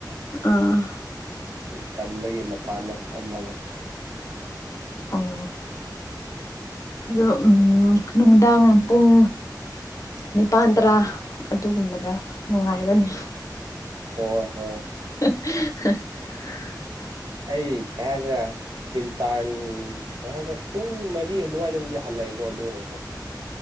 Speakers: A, on the left; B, on the right.
A: ꯑꯥ
B: ꯇꯟꯕꯒꯤ ꯃꯄꯥꯟꯗ ꯐꯝꯃꯒ
A: ꯑꯣ ꯑꯗꯣ ꯎꯝ ꯅꯨꯡꯗꯥꯡ ꯄꯨꯡ ꯅꯤꯄꯥꯟ ꯇꯔꯥ ꯑꯗꯨꯒꯨꯝꯕꯗ ꯅꯨꯡꯉꯥꯏꯕꯅꯦ
B: ꯑꯣ ꯍꯣꯏ
A: ꯍꯦ
B: ꯑꯩ ꯀꯩ ꯍꯥꯏꯒꯗꯔ ꯏꯟꯇꯟ ꯀꯩ ꯍꯥꯏꯒ ꯄꯨꯡ ꯃꯔꯤ ꯑꯗꯨꯋꯥꯏꯗꯕꯨꯗꯤ ꯍꯜꯂꯛꯑꯦꯀꯣ ꯑꯗꯨ ꯑꯣꯏꯔꯁꯨ